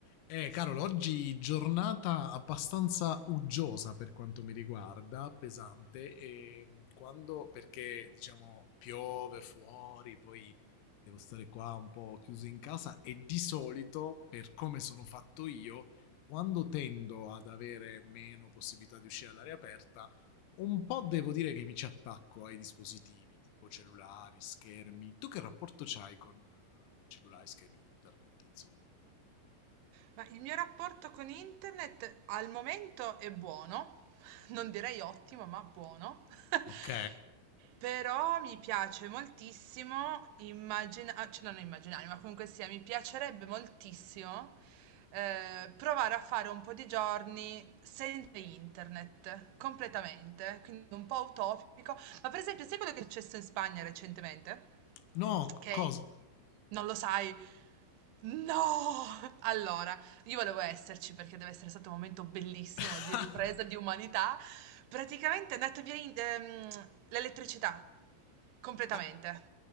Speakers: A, on the left; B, on the right.
A: Eh, Carol, oggi giornata abbastanza uggiosa per quanto mi riguarda, pesante, e quando, perché diciamo piove fuori, poi devo stare qua un po' chiuso in casa e di solito, per come sono fatto io, quando tendo ad avere meno possibilità di uscire all'aria aperta, un po' devo dire che mi ci attacco ai dispositivi, tipo cellulari, schermi. Tu che rapporto c'hai con eh, cellulari, schermi, internet, insomma?
B: Ma il mio rapporto con internet al momento è buono, non direi ottimo, ma buono. <laughs>
A: Ok.
B: Però mi piace moltissimo immaginare, cioè non immaginare, ma comunque sia, mi piacerebbe moltissimo eh, provare a fare un po' di giorni senza internet, completamente, quindi un po' utopico. Ma per esempio, sai quello che è successo in Spagna recentemente?
A: No,
B: Okay?
A: cosa?
B: Non lo sai? No! <laughs> Allora, io volevo esserci perché deve essere stato un momento bellissimo
A: <laughs>
B: di ripresa di umanità. Praticamente è andata via in ehm, l'elettricità, completamente,
A: Oh,